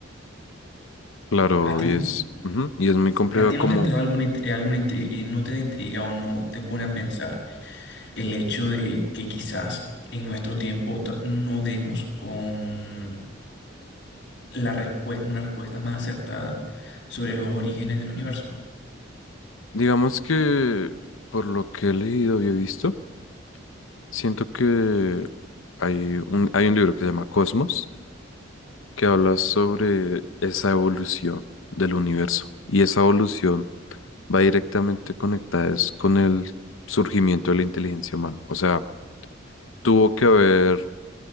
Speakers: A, on the left; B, on the left.
A: Claro,
B: ¿A ti,
A: y es, ujú, y es muy complejo
B: a ti no
A: como,
B: te entra alguna, int- eh, alguna intri- eh, no te da intriga o no te pone a pensar el hecho de que quizás en nuestro tiempo to- no demos con la respue- una respuesta más acertada sobre los orígenes del universo?
A: digamos que por lo que he leído y he visto, siento que hay un, hay un libro que se llama Cosmos que habla sobre esa evolución del universo. Y esa evolución va directamente conectada es con el surgimiento de la inteligencia humana. O sea, tuvo que haber